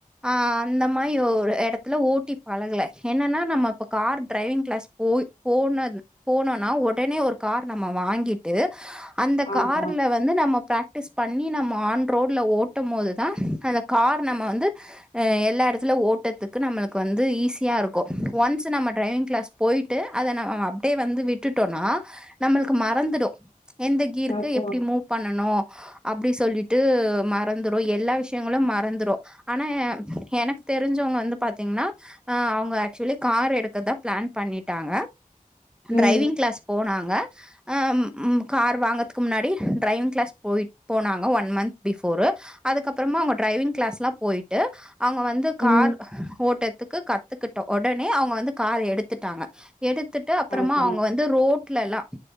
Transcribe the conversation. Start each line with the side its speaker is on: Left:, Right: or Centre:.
Centre: ஆ அந்த மாதிரி ஒர் எடத்துல ஓட்டி பழகுல என்னன்னா நம்ம இப்ப கார் டிரைவிங் கிளாஸ் போய் போன போனோனா ஒடனே ஒரு கார் நம்ம வாங்கிட்டு அந்த
Left: ஆமா
Centre: கார்ல வ வந்து நம்ம பிராக்டிஸ் பண்ணி நம்ம ஆன் ரோட்ல ஓட்டுமோதுதான் அந்த கார் நம்ம வந்து அ எல்லா எடத்துலு ஓட்டத்துக்கு நம்மளுக்கு வந்து ஈஸி சியா இருக்கு ஒன்ஸு நம்ம டிரைவிங் கிளாஸ் போய்ட்டு அத நம் அப்டியே வந்து விட்டுட்டோனா நம்மளுக்கு மறந்துடு எந்த கீர்க்கு
Left: ஆமா
Centre: எப்டி மூவ் பண்ணனு அப்டி சொல்லிட்டு மறந்துரு எல்லா விஷ்யங்களு மறந்துரு ஆனா எனக்கு தெரிஞ்சவ்ங்க வந்து பாத்தீங்னா அ அவுங்க ஆக்சுலி கார் எடுக்கதா பிளான் பண்ணிட்டாங்க
Left: ம்
Centre: டிரைவிங் கிளாஸ் போனாங்க ஆம் ம் கார் வாங்கற்துக்கு முன்னாடி டிரைவிங் கிளாஸ் போயி போனாங்க ஒன் மந்த் பிஃபோரு அதுக்கப்புறமா அவுங்க ட்ரைவிங் கிளாஸ் லா போய்ட்டு அவுங்க வந்து கார்
Left: ம்
Centre: ஓட்டத்துக்கு கத் கத்துக்கிட்ட ஒடனே அவங்க வந்து கார் எடுத்துட்டாங்க எடுத்துட்டு அப்புறமா
Left: ஆமா
Centre: அவ்ங்க வ வந்து ரோட்லலா